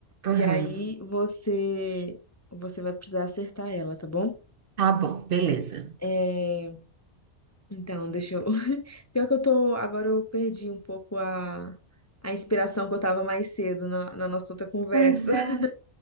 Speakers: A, on the right; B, on the left.
A: Aham.
B: e aí você você vai precisar acertar ela, tá bom?
A: Tá bom, beleza.
B: É, então, deixa eu. <laughs> Pior que eu tô. Agora eu perdi um pouco a, a inspiração que eu tava mais cedo na, na nossa outra conversa.
A: Pois é.
B: <laughs>